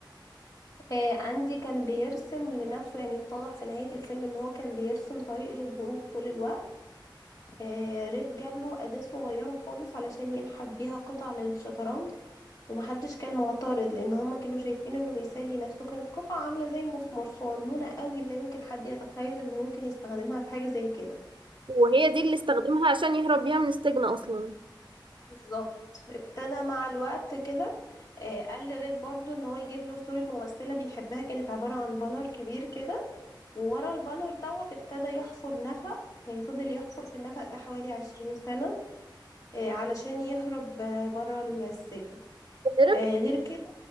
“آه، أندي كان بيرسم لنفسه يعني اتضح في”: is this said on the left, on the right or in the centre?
Left